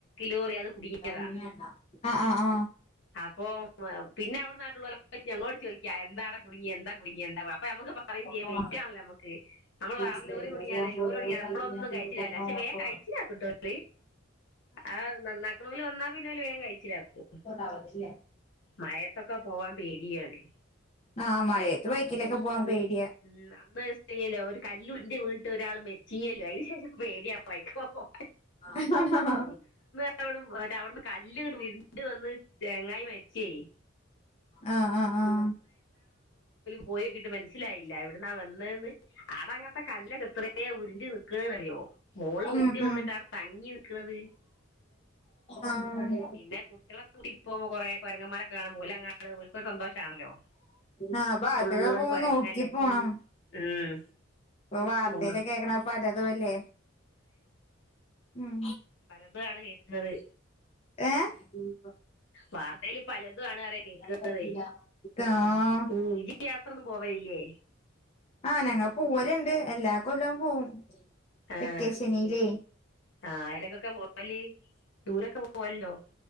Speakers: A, on the left; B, on the left.
A: ലോറി അത് കുടുങ്ങിയതാ
B: ആഹ ആഹ് ആഹ
A: അപ്പൊ പിന്നെ അവിടെ നാട്ടില് ള്ളവർ ഞങ്ങളോട് ചോദിക്കാ എന്താ കുടിക്കുക എന്താ കുടി ക്ക എന്താ അപ്പോ നമ്മൾ പറയും
B: ആ
A: വെയിറ്റ
B: ആ
A: ണല്ലോ നമ്മക്ക് നമ്മള്
B: ഫുഡ്
A: വേറെ
B: ഡെലിവറി
A: ലോറി കുടിയാണ്
B: ആകുമ്പോ
A: ലോറി കുടിയാണ് എപ്പഴൊന്നും
B: ഞാൻ കല്യാണം ഫുഡ്
A: കിച്ചില്ലല്ല
B: കൊടുക്കണ
A: പക്ഷേ
B: ഓട്ടോ
A: വേ കഴിച്ചില്ല കട്ടര് ആ നന്നാക്കണ പോലെ വന്നാ പിന്നെ വേഗം കഴിച്ചിലാക്കൂ
B: അവധില്ലേ
A: മഴത്തൊക്കെ പോവാൻ പേടിയാണ്
B: ആഹ് മഴയത്ത് ബൈക്കലൊക്കെ പോവാൻ പേടിയ
A: ഉം അന്ന് <inaudible> ഒരാൾ മെരിച്ചില്ലെ അതിനുശേഷം പേടിയാ ബൈക്കിപ്പോവാൻ
B: ഹ ഹ ഹാ
A: <inaudible> അവിന്ന് കല്ല ഉരുണ്ട് വന്ന് ചേച്മരിച്ചുപോയി
B: ആ ആഹ് ആഹ് ആഹ
A: പോയ കിട്ടും സ്സിലായില്ല എവിടുന്നാ വന്നേന്ന് അതങ്ങത്തെ കല്ലൊക്കെ എത്രയെ ഉരുണ്ട് നിക്ക്ണേ അറിയോ. മോള്
B: ഉം
A: ഉരുണ്ട് വന്നിട്ടാടെ
B: ഉം
A: തങ്ങി നിക്ക്ണത്
B: ആഹ്
A: പിന്നെ കുട്ടിയളെ <unintelligible> ഇപ്പോ കൊറേ കൊരങ്ങമാരെക്കെ കാണുമ്പ ഓല <unintelligible> ഓല്ക്കൊരു സന്തോഷാണല്ലോ
B: ആ ഭാഗത്തൊക്കെ
A: ഫുള്ള്
B: പോകുമ്പോ
A: കൊരങ്ങല്ലേ
B: നോക്കി പോണം
A: ഉം
B: ഇപ്പൊ വാർത്തേല്
A: ഫുൾ
B: കേക്ക്ണെ പല തു അല്ലേ ഉം
A: പലതു ആണ് കേക്ക്ണത്
B: ഏഹ്
A: വാർത്തേല് പലതും ആണ് അറിയാ കേക്ക്ണതെ
B: പറ്റൂല ആഹ്
A: ഉം ഇജ് യാത്രൊന്നും പോവലില്ലേ
B: ആഹ് ഞങ്ങള് പോവല്ണ്ട് എല്ലാ കൊല്ലം പോവും
A: ആഹ്
B: വെക്കേഷനിലേ
A: ആ ഏടെക്കൊക്കെ പോവല് ദൂരേക്കെ പോ പോവല്ണ്ടോ